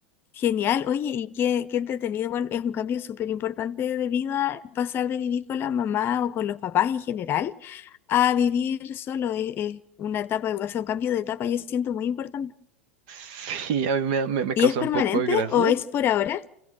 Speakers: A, on the left; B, on the right.
A: Genial, oye, y qué, qué entretenido, igual es un cambio súper importante de vida, pasar de vivir con la mamá o con los papás en general a vivir solo, es, es una etapa, o sea, un cambio de etapa yo siento muy importante.
B: <laughs> Sí, a mí me, me, me
A: ¿Y
B: causa
A: es permanente
B: un poco de gracia.
A: o es por ahora?